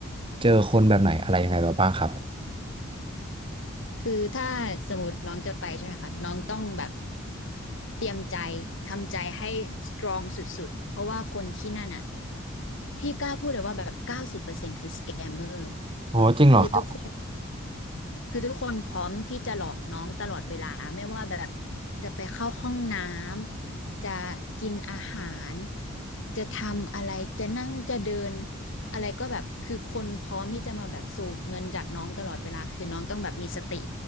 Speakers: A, on the right (about 25°); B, on the left (about 65°).
A: เจอคนแบบไหนอะไรยังไงมาบ้างครับ
B: คือถ้าสมมติน้องจะไปใช่ไหมคะน้องต้องแบบเตรียมใจทำใจให้สตรองสุดๆเพราะว่าคนที่นั่นอ่ะพี่กล้าพูดเลยว่าแบบเก้าสิบเปอร์เซ็นต์คือสแกมเมอร์
A: โอ้จริงเหรอครับ
B: คือทุกคน คือทุกคนพร้อมที่จะหลอกน้องตลอดเวลาไม่ว่าแบบจะไปเข้าห้องน้ำจะกินอาหารจะทำอะไรจะนั่งจะเดินอะไรก็แบบคือคนพร้อมที่จะมาแบบสูบเงินจากน้องตลอดเวลาคือน้องต้องแบบมีสติ